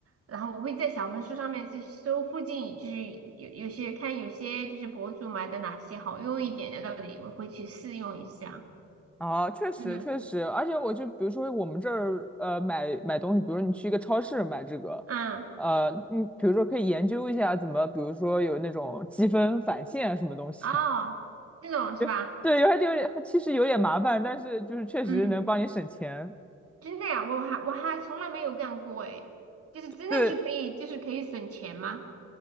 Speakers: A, on the right; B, in the centre.
A: 然后我会在小红书上面去搜附近，就是有有些看有些就是博主买的哪些好用一点的到底我会去试用一下。
B: 啊，确实确实，
A: 嗯
B: 而且我就比如说我们这儿呃买买东西，比如你去一个超市买这个，
A: 嗯，
B: 呃，你比如说可以研究一下怎么，比如说有那种积分返现什么东西，
A: 哦，这种是吧？
B: <laughs> 对，有点有点其实有点麻烦，但是就是确实能帮你省钱。
A: 嗯，真的呀，我还我还从来没有干过诶，就是真的是可以，
B: 对，
A: 就是可以省钱吗？